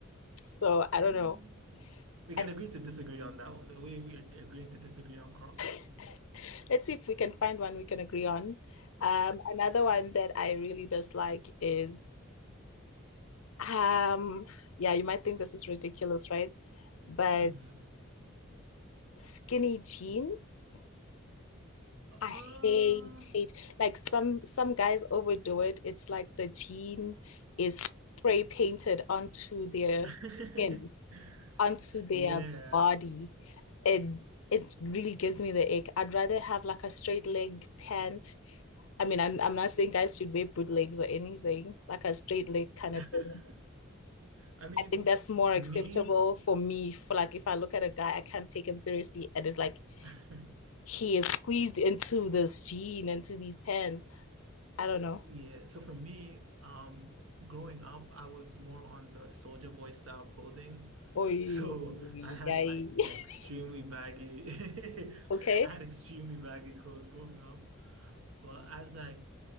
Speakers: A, on the left (about 80°); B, on the right (about 80°).
A: So I
B: Mm.
A: don't know.
B: We can
A: I
B: agree to disagree on that one, the way we're agreeing to disagree on Crocs.
A: <laughs>
B: <laughs>
A: Let's see if we can find one we can agree on. Um, another one that I really dislike is, um, yeah, you might think this is ridiculous, right? But
B: Mhm.
A: skinny jeans,
B: Uh,
A: I hate, hate. Like some some guys overdo it. It's like the jean is spray painted onto their
B: <laughs>
A: skin, onto their
B: yeah.
A: body. It it really gives me the ick. I'd rather have like a straight leg pant I mean, I'm I'm not saying guys should wear bootlegs or anything, like a straight leg kind
B: <laughs>
A: of thing.
B: I mean,
A: I think that's more
B: me.
A: acceptable for me. For like, if I look at a guy, I can't take him seriously, and it's like
B: <laughs>
A: he is squeezed into this jean, into these pants. I don't know.
B: Yeah, so for me, um, growing up, I was more on the Soldier Boy style clothing. <laughs>
A: Oh, yeah.
B: So I had like
A: <laughs>
B: extremely baggy, <laughs>
A: Okay.
B: I had extremely baggy clothes growing up. But as I